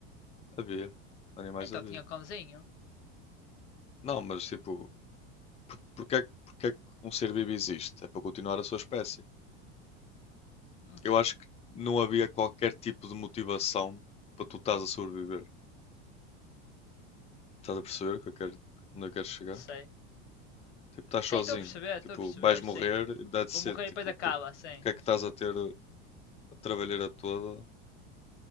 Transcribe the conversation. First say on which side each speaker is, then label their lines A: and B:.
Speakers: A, on the left (about 20°); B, on the left (about 85°).
A: Havia. Animais
B: Ah, Então
A: havia.
B: tinha um cãozinho.
A: Não, mas tipo, por, porque, é, que- porque é que um ser vivo existe? É para continuar a sua espécie.
B: Hum,
A: Eu acho que não havia qualquer tipo de motivação para tu estás a sobreviver. Estás a perceber o que eu quero, onde eu quero chegar?
B: não sei.
A: Tipo, estás
B: Sim,
A: sozinho.
B: estou a perceber, estou
A: Tipo,
B: a perceber,
A: vais morrer,
B: sim.
A: e that's
B: Vou morrer
A: it.
B: e
A: Tipo,
B: depois acaba,
A: por, porque
B: sim.
A: é que estás a ter a trabalheira toda